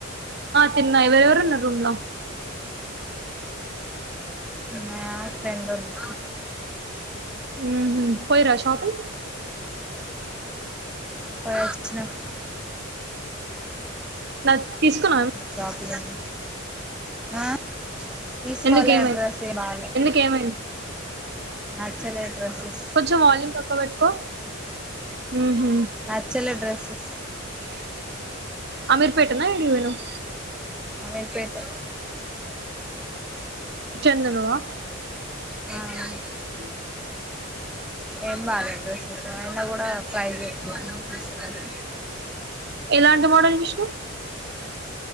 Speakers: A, on the right; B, in the centre.
A: తిన్నా ఏవరు ఎవరున్నరు రూమ్లా
B: మ ఫ్రెండ్ ఉంది
A: ఉహు పోయిరా షాపింగ్
B: పోయచ్చినం
A: నా తీసుకున్నాం
B: చపిదడి <unintelligible> తీస్కోలే
A: ఎందుకేమైంది
B: డ్రెస్ ఏ బాలే
A: ఎందుకేమైంది
B: నచ్చలే డ్రెస్సెస్
A: కొంచం వాల్యూమ్ తక్కో పెట్టుకో ఉహు
B: నచ్చలే డ్రెస్సెస్
A: అమీర్ పేట నా ఎడికి పోయినవ్
B: అమీర్పేటె
A: చెందనువా
B: ఆ
A: హ
B: ఏం బాలేదు డ్రెస్సెస్ ఆయన కూడా ప్రైస్ ఏక్కో అన్నారు తీస్కోలే
A: ఎలాంటి మోడల్ విష్ణు